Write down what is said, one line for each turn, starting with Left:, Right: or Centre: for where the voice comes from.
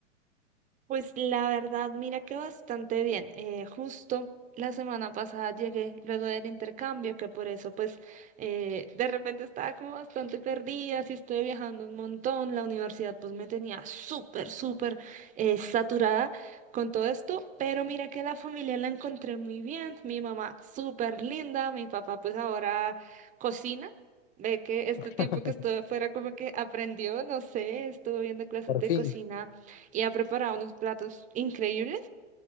Right: Pues la verdad, mira que bastante bien. Eh, justo la semana pasada llegué luego del intercambio, que por eso pues eh, de repente estaba como bastante perdida, sí estoy viajando un montón, la universidad pues me tenía súper, súper eh, saturada con todo esto, pero mira que la familia la encontré muy bien, mi mamá súper linda, mi papá pues ahora cocina. Ve que este
Left: <laughs>
Right: tiempo que estuve fuera como que aprendió, no sé, estuvo viendo clases
Left: Por
Right: de
Left: fin.
Right: cocina y ha preparado unos platos increíbles.